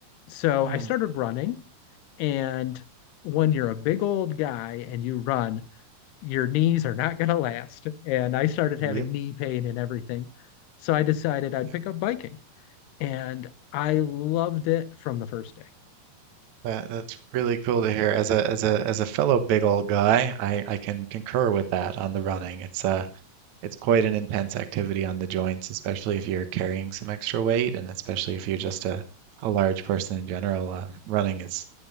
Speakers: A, on the left; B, on the right.
A: So
B: Hmm.
A: I started running, and when you're a big old guy and you run, your knees are not going to last. And I started having
B: Yep.
A: knee pain and everything. So I decided I'd
B: Yep.
A: pick up biking, and I loved it from the first day.
B: That, that's really cool to hear. As a as a as a fellow big old guy, I I can concur with that on the running. It's uh it's quite an intense activity on the joints, especially if you're carrying some extra weight and especially if you're just a, a large person in general. Um, running is